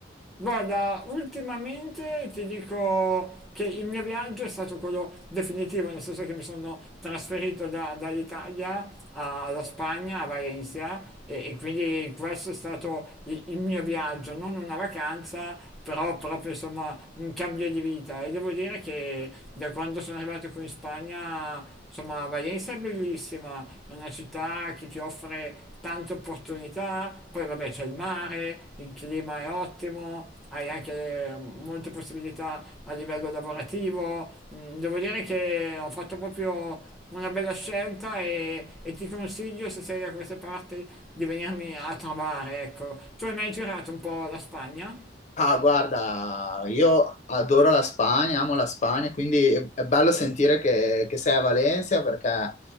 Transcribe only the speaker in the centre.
Guarda, ultimamente ti dico che il mio viaggio è stato quello definitivo, nel senso che mi sono trasferito da- dall'Italia a- alla Spagna, a Valencia, e, e quindi questo è stato i- il, mio viaggio, non una vacanza, però proprio insomma un cambio di vita. E devo dire che da quando sono arrivato qui in Spagna, insomma, Valencia è bellissima, è una città che ti offre tante opportunità, poi vabbè c'è il mare, il clima è ottimo, hai anche molte possibilità a livello lavorativo. Mm, Devo dire che ho fatto proprio una bella scelta e, e ti consiglio, se sei da queste parti, di venirmi a trovare, ecco. Tu hai mai girato un po' la Spagna?